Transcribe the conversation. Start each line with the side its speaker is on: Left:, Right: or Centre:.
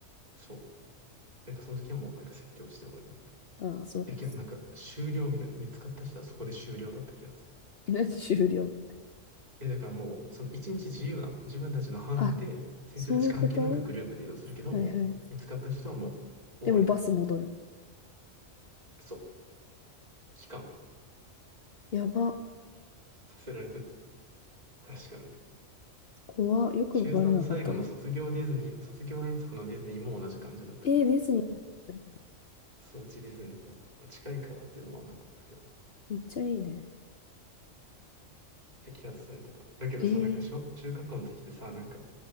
Right: そう。えんその時はもうなんか説教して終わりだった。
Left: ああ、そうだよね。
Right: え、けどなんか終了みたいな、見つかった人はそこで終了だった気がする。
Left: え、何終了
Right: え、だからもう、その一日自由なの。自分たちの班で、
Left: あ、
Right: 先生たち関係なくグループで移動するけど、
Left: そういうことはいはい。
Right: もう、見つかった人はもう、
Left: でもバス戻る。
Right: 終わり。そう、帰還
Left: やば。
Right: させられてた。確かね。
Left: 怖。よくバレなかったね。
Right: 中3の最後の卒業ディズニー、卒業遠足のディズニーも同じ感じだった気がする。
Left: えー、ディズニーなんだね
Right: そう、うちディズニーだった。まあ近いからっていうのもあんのかもだけど、
Left: めっちゃいいね。
Right: 摘発されてた。だけどさ、
Left: えー、
Right: なんか小、中学校の時ってさ、なんか、